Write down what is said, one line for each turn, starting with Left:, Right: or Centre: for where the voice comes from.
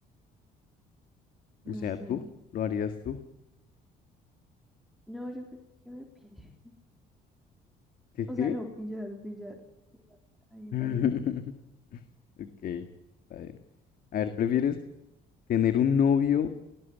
Centre: no
Left: O sea,
Centre: sé.
Left: ¿tú? ¿Lo harías tú?
Centre: No, yo creo que me pille. <laughs>
Left: ¿Qué
Centre: O
Left: qué?
Centre: sea, no, pillar, pillar. pillar A mi
Left: <laughs>
Centre: pareja.
Left: Ok, está bien. A ver, ¿prefieres tener un novio